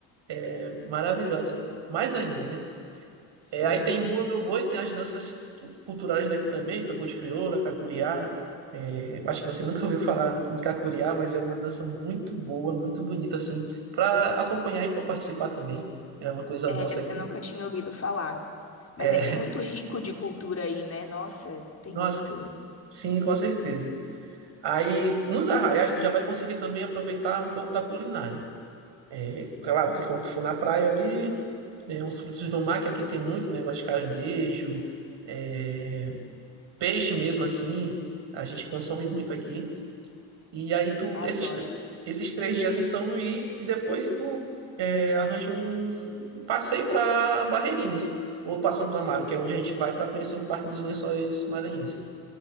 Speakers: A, on the right; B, on the left.
A: é, maravilhosa. Mais ainda, né?
B: Sim.
A: É, aí tem Bumba Meu Boi, tem as danças tu- culturais daqui também, tambor de crioula, cacuriá. É, acho que você <laughs> nunca ouviu falar em cacuriá, mas é uma dança muito boa, muito bonita, assim, para acompanhar e para participar também. É uma coisa
B: É,
A: nossa
B: essa
A: aqui.
B: eu nunca tinha ouvido falar. Mas
A: É,
B: é que é muito rico de cultura aí, né? Nossa,
A: <laughs>
B: tem
A: nossa,
B: muito.
A: sim, com certeza. Aí, nos arraiais, tu já vai conseguir também aproveitar um pouco da culinária. É, claro que quando tu for na praia ali, é, uns frutos do mar, que aqui tem muito né, negócio de caranguejo, é, peixe mesmo assim, a gente consome muito aqui. E aí tu,
B: Adoro.
A: esses, tr- esses três dias em São Luís, e depois tu é, arranja um um passeio para Barreirinhas, ou para Santo Amaro, que é onde a gente vai para conhecer o Parque dos Lençóis Maranhenses.